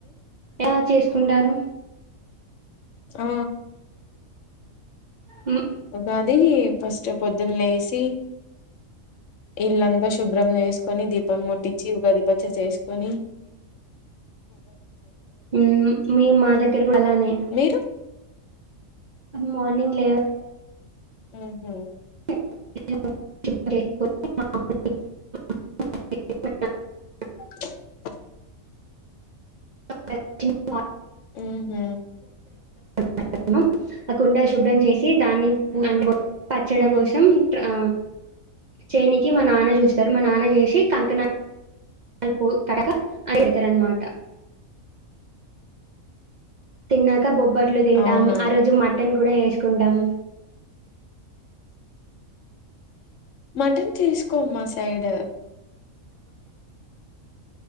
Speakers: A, on the right (about 55°); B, on the left (about 65°).
A: ఎలా చేసుకుంటారు
B: ఆ
A: మ్మ్
B: ఉగాది ఫస్ట్ పొద్దున్న లేసి ఇళ్లంత శుభ్రం చేసుకొని దీపం ముట్టిచి ఉగాది పచ్చడి చేసుకు కొనీ
A: ఉమ్ మే మా దగ్గర కూడా అలానే
B: మీరు
A: మార్నింగ్ లేవ
B: ఊ హు
A: <inaudible>
B: <inaudible>
A: <unintelligible>
B: ఊ హు
A: <inaudible> ఆ కుండ శుభ్రం చేసి దాన్ని పచ్చడ
B: ఉహు
A: కోసం ఆ చేనికి మా నాన్న చూస్తారు మా నాన్న చూసి కంకనా అల్ పోల్ కడ అనితరన్నమాట తిన్నాక బొబ్బట్లు తింటాం
B: అవునా
A: ఆ రోజు మ మటన్ కూడా చేసుకుంటాం
B: మటన్ చేసుకొం మా సైడ్